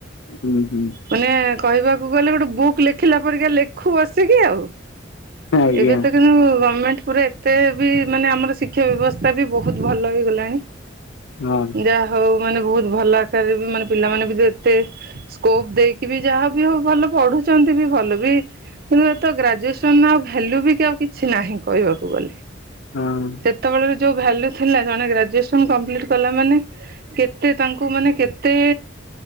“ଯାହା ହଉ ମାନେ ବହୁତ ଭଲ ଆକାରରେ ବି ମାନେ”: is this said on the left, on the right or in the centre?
Right